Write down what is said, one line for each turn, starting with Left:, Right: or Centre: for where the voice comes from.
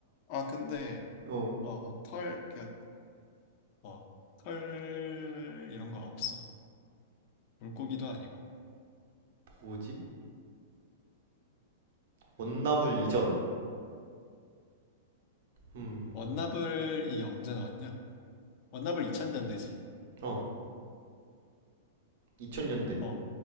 Left: 아, 근데,
Right: <laughs> 어.
Left: 어, 어, 털, 그, 어, 털, 이런 거 없어. 물고기도 아니고.
Right: 뭐지? 원나블 이전. 음.
Left: 원나블이 언제 나왔냐? 원나블 2000년대지.
Right: 어. 2000년대.
Left: 어,